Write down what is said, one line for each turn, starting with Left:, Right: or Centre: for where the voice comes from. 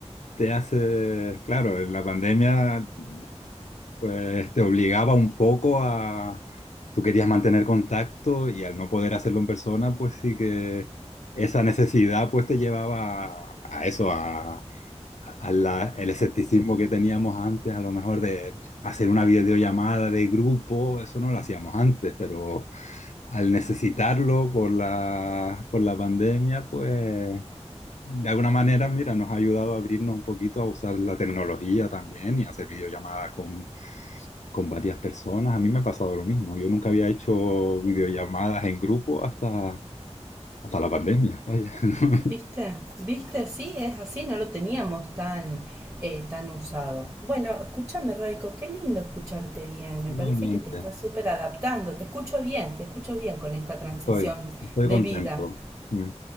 Left: te hace, claro, la pandemia pues te obligaba un poco a, tú querías mantener contacto y al no poder hacerlo en persona, pues sí que esa necesidad pues te llevaba a, a eso, a, a la- el escepticismo que teníamos antes, a lo mejor de hacer una videollamada de grupo, eso no lo hacíamos antes, pero al necesitarlo por la, por la pandemia, pues de alguna manera, mira, nos ha ayudado a abrirnos un poquito a usar la tecnología también y a hacer videollamadas con, con varias personas. A mí me ha pasado lo mismo. Yo nunca había hecho videollamadas en grupo hasta, hasta la pandemia. Vaya, <laughs> ¿no?
Right: ¿Viste? ¿Viste? Sí, es así, no lo teníamos tan, eh, tan usado. Bueno, escúchame, Raiko, qué lindo escucharte bien. Me
Left: Igualmente,
Right: parece que te estás súper adaptando. Te escucho bien, te escucho bien con esta transición
Left: estoy, estoy
Right: de
Left: contento.
Right: vida.
Left: Mm,